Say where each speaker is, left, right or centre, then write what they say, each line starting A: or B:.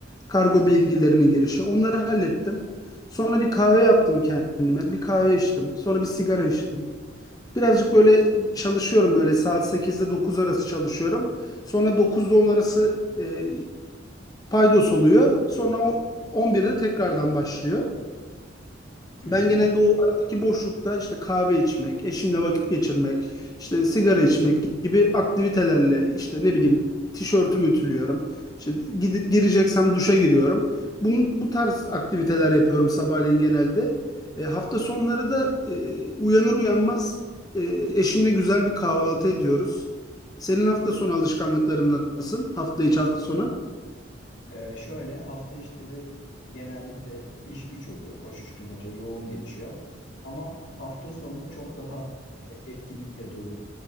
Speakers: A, on the left; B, on the left.
A: Kargo bilgilerinin girişi. Onları hallettim. Sonra bir kahve yaptım kendime. Bir kahve içtim. Sonra bir sigara içtim. Birazcık böyle çalışıyorum böyle saat 8'de 9 arası çalışıyorum. Sonra 9'da 10 arası e, paydos oluyor. Sonra o- on birde tekrardan başlıyor.
B: Hı
A: Ben
B: hı.
A: genelde o aradaki boşlukta işte kahve içmek, eşimle vakit geçirmek, işte sigara içmek gibi aktivitelerle işte ne bileyim tişörtümü ütülüyorum. İşte gide- gireceksem duşa giriyorum. Bunun, bu tarz aktiviteler yapıyorum sabahleyin genelde. E, hafta sonları da e, uyanır uyanmaz e, eşimle güzel bir kahvaltı ediyoruz. Senin hafta sonu alışkanlıkların nasıl? Hafta içi hafta sonu?
B: Ee, şöyle hafta işleri genellikle iş güç oluyor. Koşuşturmaca yoğun geçiyor. Ama hafta sonu çok daha e, etkinlikle dolu